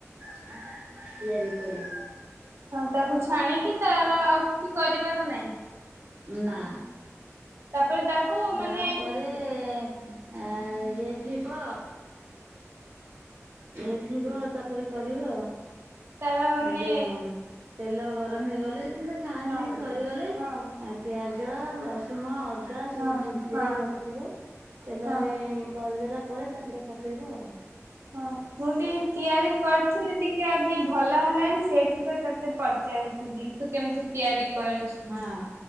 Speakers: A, on the right; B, on the right.
A: ତିଆରି କରିବୁ।
B: ହଁ ତାକୁ ଛାଣିକି ତାର ଆଉ କିଛି କରିବାର ନାହିଁ!
A: ନା
B: ତାପରେ ତାକୁ
A: ତାପରେ
B: ମାନେ
A: ରେ ଇଏ ଥିବ। ଇଏ ଥିବ ତାପରେ କରିବ।
B: ତାର ମାନେ
A: ଏ ଯୋଉ ତେଲ ଗରମ ହେଇଗଲେ ଛାଣାଛୁଣି
B: ହଁ
A: ସରିଗଲେ।
B: ହଁ
A: ଆଉ ପିଆଜ, ରସ ସୁଣ ଅଦା ସବୁ
B: ହଁ
A: ଭିଜେଇକି
B: ହଁ
A: ରଖିଥିବ ତେଲରେ
B: ହଁ
A: କରିଦେଲା ପ ପରେ ତାପରେ ପକେଇବ ଆଉ!
B: ହଁ ମୁ ବି ତିଆରି କରିଥିଲି ଟିକେ ଆଜି ଭଲ ହେଲାନି ସେଇଥିପାଇଁ ତୋତେ ପଚାରିଲି। ଥିଲି ତୁ କେମିତି ତିଆରି କରିଛୁ।
A: ହଁ।